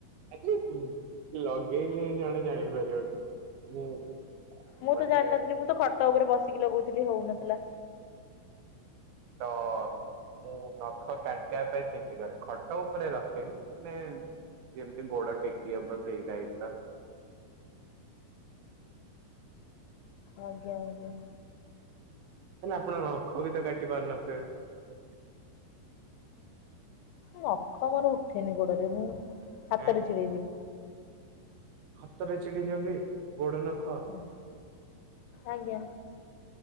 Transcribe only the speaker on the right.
<unintelligible> ଲଗେଇଲେ ହିଁ ଜଣେ ଜାଣି ପାରିବ କି ମୁଁ
ମାନେ
ତ ମୁଁ ନଖ କାଟିବା ପାଇଁ ସେମିତି କରେ। ଖଟ ଉପରେ ରଖେନି ମାନେ ଯେମିତି ଗୋଡ ଟେକି ହବ ସେଇ ଟାଇପ ର।
ହେଲେ ଆପଣ ନଖବି ତ କାଟି ପାରୁନଥିବେ?
ଆଁ
ହାତରେ ଚଛିଡେଇ ଦିଅନ୍ତି ଗୋଡ ନଖ।